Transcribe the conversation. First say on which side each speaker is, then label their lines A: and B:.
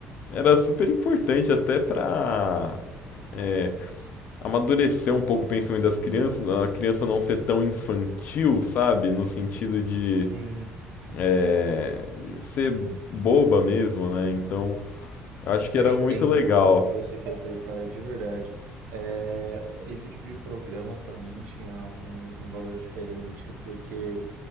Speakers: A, on the left; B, on the right.
A: era super importante até pra é, amadurecer um pouco o pensamento das crianças, a criança não ser tão infantil, sabe? No sentido de
B: Sim.
A: é, ser boba mesmo, né? Então, eu acho
B: Eu
A: que era
B: entendo
A: muito legal.
B: o que você quer dizer, cara, de verdade. É, esse tipo de programa, pra mim, tinha um, um valor diferente, porque